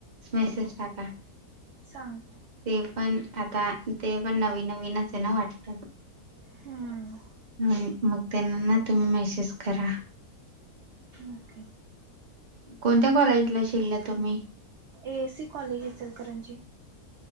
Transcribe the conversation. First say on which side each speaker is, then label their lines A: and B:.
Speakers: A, on the right (about 35°); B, on the right (about 60°).
A: मेसेस टाका.
B: सांगतो
A: ते पण आता तेपण नवीन नवीनच त्यांना वाटतं
B: हम्म.
A: हम्म, मग त्यांना ना तुम्ही मेसेज करा.
B: ओके.
A: कोणत्या कॉलेजला शिकला तुम्ही?
B: SC college, Ichalkaranji.